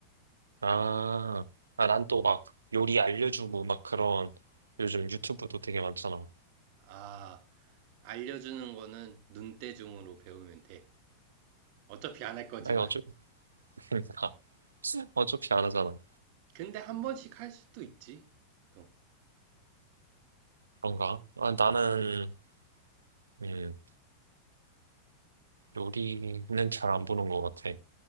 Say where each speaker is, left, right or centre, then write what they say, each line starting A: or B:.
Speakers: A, on the right (about 70°); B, on the right (about 45°).
A: 아, 아, 난 또 막 요리 알려주고 막 그런 요즘 유튜브도 되게 많잖아.
B: 아, 알려주는 거는 눈대중으로 배우면 돼. 어차피 안 할 거지만.
A: 아니, 어차피, <laughs> 어차피 안 하잖아.
B: 근데 한 번씩 할 수도 있지. 또
A: 그런가? 아, 나는, 음, 요리는 잘 안 보는 것 같아.